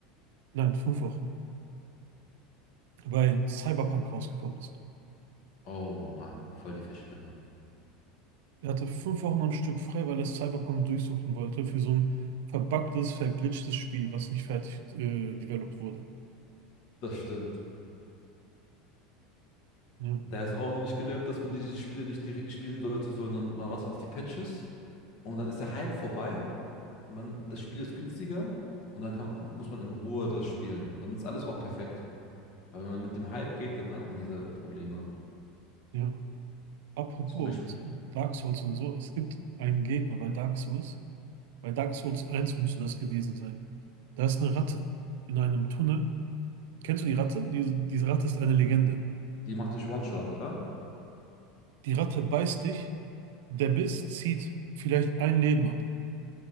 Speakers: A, on the right; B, on the left.
A: Nein, fünf Wochen. Weil Cyberpunk rausgekommen ist.
B: Oh Mann, voll die Verschwendung.
A: Der hatte fünf Wochen am Stück frei, weil er Cyberpunk durchsuchen wollte für so ein verbuggtes, verglitchtes Spiel, was nicht fertig äh, developed wurde.
B: Das stimmt.
A: Ja,
B: Der ist auch noch nicht gelernt, dass man diese Spiele nicht direkt spielen sollte, sondern man wartet auf die Patches und dann ist der Hype vorbei man, das Spiel ist günstiger und dann kann, muss man in Ruhe das spielen. Und dann ist alles auch perfekt. Aber wenn man mit dem Hype geht, dann hat man diese Probleme.
A: ja. Apropos
B: Zum Beispiel,
A: Dark Souls und so, es gibt einen Gegner bei Dark Souls. Bei Dark Souls eins müsste das gewesen sein. Da ist eine Ratte in einem Tunnel. Kennst du die Ratte? Diese, diese Ratte ist eine Legende.
B: die macht dich One-Shot, oder?
A: Die Ratte beißt dich Der Biss zieht vielleicht ein Leben ab,